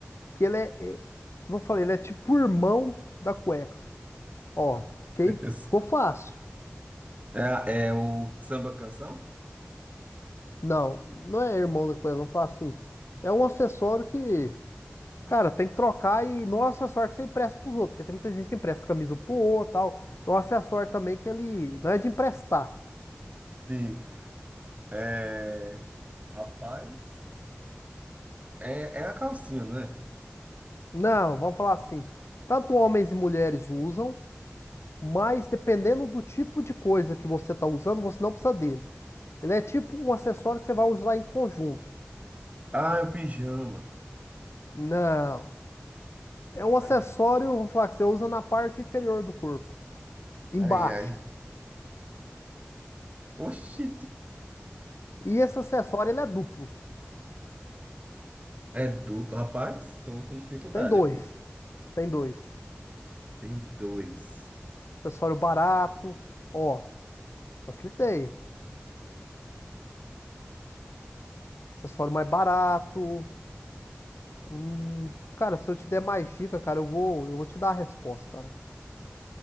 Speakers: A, on the left; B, on the right.
A: que ele é. é- Vou falar, ele é tipo o irmão da cueca. Ó, ok?
B: <laughs>
A: Ficou fácil.
B: É, é o samba canção?
A: Não, não é irmão da coisa, vamos falar assim. É um acessório que, cara, tem que trocar e não é um acessório que você empresta pros outros, porque tem muita gente que empresta camisa pro outro e tal. É um acessório também que ele não é de emprestar.
B: Sim. É, rapaz, é, é a calcinha, né?
A: Não, vamos falar assim. Tanto homens e mulheres usam, mas dependendo do tipo de coisa que você tá usando, você não precisa dele. Ele é tipo um acessório que você vai usar em conjunto.
B: Ah, é o pijama.
A: Não, é um
B: Aí,
A: acessório, vamos falar que você usa na parte inferior do corpo, embaixo.
B: Ai, ai. oxi,
A: E esse acessório ele é duplo.
B: é duplo, rapaz, tô com dificuldade
A: Tem dois.
B: aqui.
A: Tem dois.
B: Tem dois.
A: Acessório barato. Ó, facilitei. Acessório mais barato. Hum, cara, se eu te der mais dica, cara, eu vou, eu vou te dar a resposta, cara.